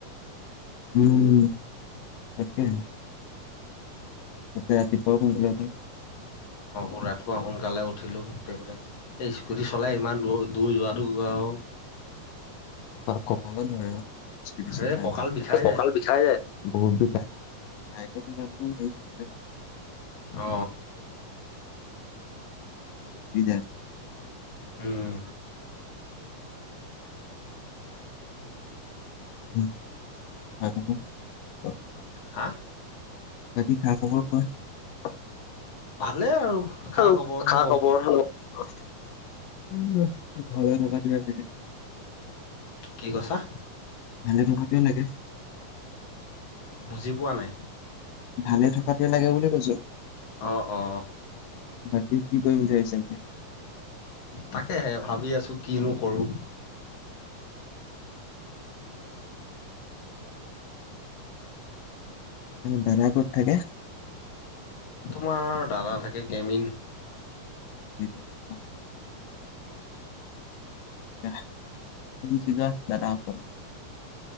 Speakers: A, on the left (about 80°); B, on the left (about 55°).
A: উম তাকে তাতে ৰাতিপুৱা সোনকালে উঠোঁ
B: অ ৰাতিপুৱা সোনকালে উঠিলো, উঠি পিনে এই স্কুটি চলাই ইমান দৰ দূৰ যোৱাতো আৰু
A: কঁকালত ধৰে নহ
B: এই কঁকাল বিষাই যায়
A: ককাল বিষাই যায় বহুত দুখা বাইকৰ দিনো হেই নহয় <unintelligible>
B: অ
A: বিধাৰ <unintelligible>
B: উম
A: <unintelligible>
B: হা
A: বাকী সা খবৰ কোৱা
B: ভালে আৰু খা
A: আৰু
B: খবৰ
A: খা
B: ন
A: খবৰ নো উম ভাল নিকে থে <unintelligible>
B: কি কৈছা
A: ভালে থকাটোৱে লাগে
B: বুজি পোৱা নাই
A: ভালে থকাতোৱে লাগে বুলি কৈছো
B: অ অ
A: বাকী কি কৰিম বুলি ভাবিছে এতিয়া
B: তাকেহে ভাবি আছোঁ কিনো কৰোঁ
A: দাদাই কত থাকে
B: তোমাৰ দাদা থাকে কেমিন
A: <inaudible> <unintelligible>